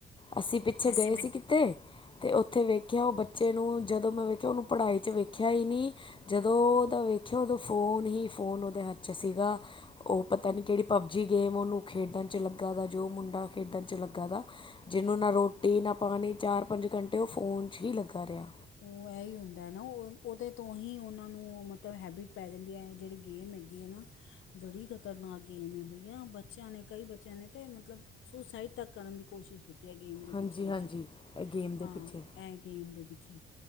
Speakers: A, on the left (about 25°); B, on the left (about 75°).
A: ਅਸੀਂ ਪਿੱਛੇ
B: ਆਹੀ
A: ਗਏ ਸੀ
B: ਹੈ
A: ਕਿਤੇ ਤੇ ਉੱਥੇ ਵੇਖਿਆ ਉਹ ਬੱਚੇ ਨੂੰ ਜਦੋਂ ਮੈਂ ਵੇਖਿਆ ਉਹਨੂੰ ਪੜ੍ਹਾਈ 'ਚ ਵੇਖਿਆ ਹੀ ਨਹੀਂ। ਜਦੋਂ ਉਹਦਾ ਵੇਖਿਆ ਉਦੋਂ ਫੋਨ ਹੀ ਫ਼ੋਨ ਉਹਦੇ ਹੱਥ 'ਚ ਸੀਗਾ ਉਹ ਪਤਾ ਨਹੀਂ ਕਿਹੜੀ ਪਬਜੀ ਗੇਮ ਉਹਨੂੰ ਖੇਡਣ 'ਚ ਲੱਗਾ ਦਾ ਜੋ ਮੁੰਡਾ ਖੇਡਣ 'ਚ ਲੱਗਾ ਦਾ ਜਿਹਨੂੰ ਨਾ ਰੋਟੀ, ਨਾ ਪਾਣੀ, ਚਾਰ- ਪੰਜ ਘੰਟੇ ਉਹ ਫ਼ੋਨ 'ਚ ਹੀ ਲੱਗਾ ਰਿਹਾ।
B: ਉਹ ਐ ਹੀ ਹੁੰਦਾ ਨਾ ਉਹ ਉਹਦੇ ਤੋਂ ਹੀ ਉਹਨਾਂ ਨੂੰ ਮਤਲਬ ਹੈਬਿਟ ਪੈ ਜਾਂਦੀ ਹੈ, ਜਿਹੜੀ ਗੇਮ ਹੈਗੀ ਗੇ ਨਾ ਬੜੀ ਖਤਰਨਾਕ ਗੇਮ ਹੈਈਆ ਬੱਚਿਆਂ ਨੇ ਕਈ ਬੱਚਿਆਂ ਨੇ ਤਾਂ ਮਤਲਬ ਸੁਸਾਈਡ ਤੱਕ ਕਰਨ ਦੀ ਕੋਸ਼ਿਸ਼ ਕੀਤੀ ਹੈ, ਗੇਮ ਦੇ ਪਿੱਛੇ-ਪਿੱਛੇ
A: ਹਾਂਜੀ ਹਾਂਜੀ ਇਹ ਗੇਮ ਦੇ
B: ਹਾਂ
A: ਪਿੱਛੇ
B: ਇਹ ਗੇਮ ਦੇ <unintelligible>